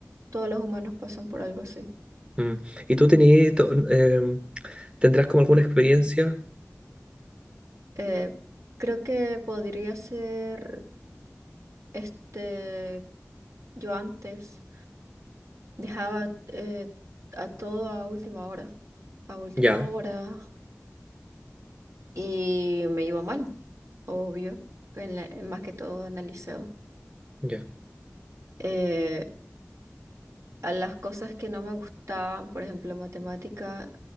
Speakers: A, on the right; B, on the right.
A: todos los humanos pasan por algo así.
B: mm. ¿Y tú tenías, to- em, tendrás como alguna experiencia?
A: Eh, creo que podría ser este, yo antes dejaba eh, a todo a última hora, a última
B: Ya,
A: hora y me iba mal, obvio, en la- más que todo en el liceo.
B: ya,
A: Eh, a las cosas que no me gustaban, por ejemplo, matemática,